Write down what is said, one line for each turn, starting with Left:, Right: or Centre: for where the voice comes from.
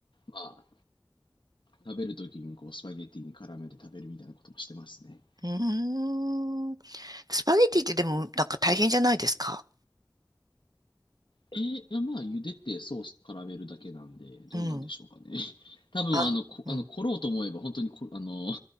Left: まあ、食べるときにこうスパゲティに絡めて食べるみたいなこともしてますね。
Right: うーん。スパゲティってでもなんか大変じゃないですか。
Left: えーいやまあ、茹でてソースと絡めるだけなんで、どうなんでしょうかね。
Right: うん。
Left: <laughs> 多分、
Right: あの、
Left: あの、こ、
Right: うん。
Left: あの、凝ろうと思えば、本当にこ、あの、